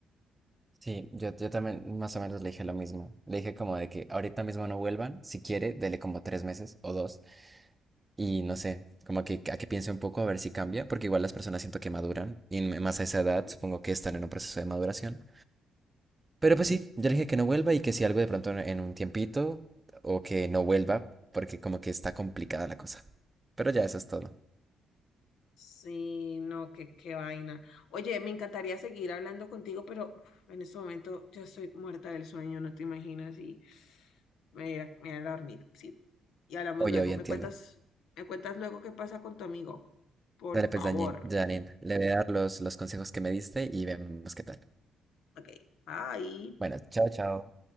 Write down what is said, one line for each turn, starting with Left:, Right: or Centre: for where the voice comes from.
Right: Sí, yo, yo también más o menos le dije lo mismo. Le dije como de que ahorita mismo no vuelvan, si quiere, dele como tres meses o dos. Y no sé, como que a que piense un poco a ver si cambia, porque igual las personas siento que maduran y en- más a esa
Left: Ujú.
Right: edad supongo que están en un proceso de maduración. Pero pues sí, yo le dije que no vuelva y que si algo de pronto en en un tiempito o que no vuelva, porque como que está complicada la cosa. Pero ya eso es todo.
Left: Sí, no, qué, qué vaina. Oye, me encantaría seguir hablando contigo, pero uf, en este momento yo estoy muerta del sueño, no te imaginas, y me voy a, me voy a dormir, ¿sí? Y hablamos
Right: Oye,
Left: luego.
Right: oye, entiendo.
Left: ¿Me cuentas, me cuentas luego qué pasa con tu amigo? Por
Right: Dale
Left: favor.
Right: pues, Dañin, Janine, le voy a dar los, los consejos que me diste y vemos qué tal.
Left: Ok, bye.
Right: Bueno, chao, chao.